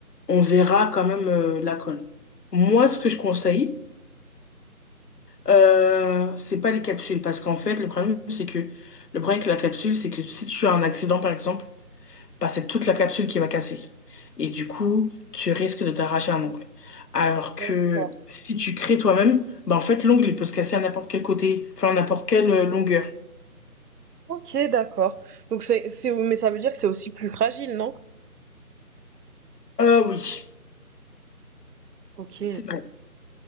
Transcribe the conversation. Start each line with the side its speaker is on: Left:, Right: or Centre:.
Left: on verra quand même euh, la colle. Moi, ce que je conseille, euh, c'est pas les capsules, parce qu'en fait, le problème, c'est que le problème avec la capsule, c'est que si tu as un accident, par exemple, bah, c'est toute la capsule qui va casser. Et du coup, tu risques de t'arracher un ongle. Alors que
Right: D'accord.
Left: si tu crées toi-même, bah, en fait, l'ongle, il peut se casser à n'importe quel côté, enfin, à n'importe quelle euh, longueur.
Right: OK, d'accord. Donc c'est c'est mais ça veut dire que c'est aussi plus fragile, non?
Left: Ah oui,
Right: OK.
Left: c'est vrai.